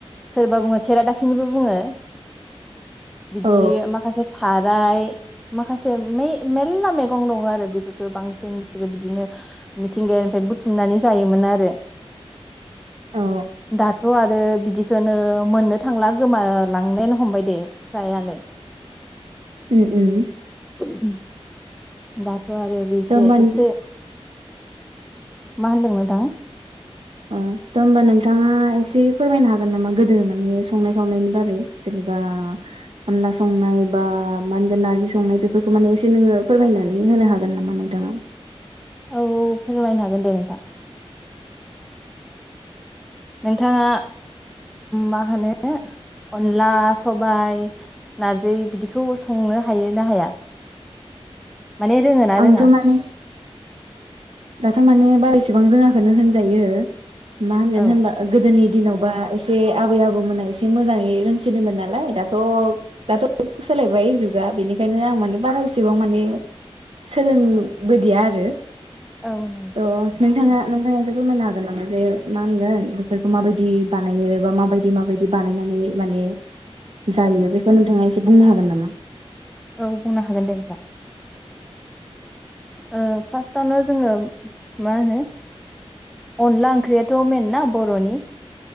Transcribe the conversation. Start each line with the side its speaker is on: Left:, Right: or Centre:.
Centre: सोरबा बुङो खेराादाफिनिबो बुङो बिदि
Right: औ
Centre: माखासे इ माखासे मेलला मैगं दङ आरो बेफोरखौ बांसिन बिसोरो बिदिनो मिथिंगायानिफ्राय बुथुमनानै जायोमोन आरो
Right: औ
Centre: दाथ' आरो बिदि बिदिखौनो मोननो थांला गोमालांनायानो हमबाय दे फ्रायानो
Right: उम उम
Centre: <inaudible> ब <unintelligible> थ' आरो बेसे
Right: थ' होमबा ओ
Centre: एसे मा होनदों नोंथां
Right: अ दा होमबा नोंथाङा एसे फोरमायनो हागोन नामा गोदो माने संनाय खावनायनि बारै जेनेबा अनला संनाय बा मा होनगोन नारजि संनाय बेफोरखौ माने एसे नोङो फोरमायनानै होनो हागोन नामा नोंथाङा
Centre: औ फोरमायनो हागोन दे नोंथां नोंथाङा मा होनो अनला सबायाइ नारजि बिदिखौ संनो हायो ना हाया माने रोङो ना
Right: आंथ'
Centre: रोङा
Right: माने दाथ' माने बारा इसेबां रोङाखोनो होनजायो मा होनगोन
Centre: औ
Right: होमबा गोदोनि दिेनावबा एसे आबै आबौमोना एसे मोजाङै रोंसिनोमोन नालाय दाथ' दाथ' सोलायबाय जुगा बेनिखायनो आं माने बारा एसेबां माने सोलोंबोदिया आरो
Centre: औ नंगौ
Right: अ नोंथाङा नोंथाङा एसे फोरमायनो हागोन नामा जे मा होनगोन बेफोरखौ माबायदि बानायो बा माबायदि माबायदि बानायनानै माने जायो बेखौ नोंथाङा एसे बुंनो हागोन नामा
Centre: औ बुंनो हागोन दे नोंथां ओ फार्स्टावनो जोङो मा होनो अनला ओंख्रियाथ' मेन ना बर'नि